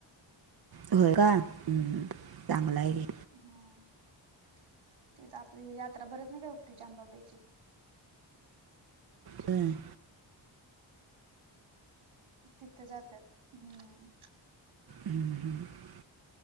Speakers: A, on the right; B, on the right.
A: होय काय चांगलं आहे गे.
B: हम तिथं आपली यात्रा भरत नाही काय, हुपरीच्या अंबाबाईची.
A: हमम
B: तिथं जात्यात हम्म.
A: हम्म हम्म <unintelligible>